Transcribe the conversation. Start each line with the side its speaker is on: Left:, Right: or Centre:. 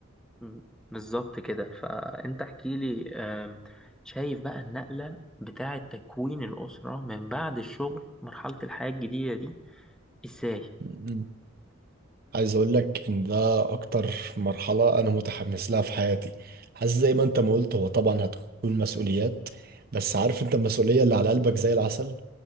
Centre: مم. بالظبط كده فأنت احكي لي آم، شايف بقى النقلة بتاعة تكوين الأسرة من بعد الشغل مرحلة الحياة الجديدة دي إزاي؟
Right: مم. عايز اقول لك ان ده اكتر مرحلة انا متحمس لها في حياتي حاسس زي ما انت ما قلت هو طبعا هتكون مسؤوليات بس عارف انت المسؤولية اللي على قلبك زي العسل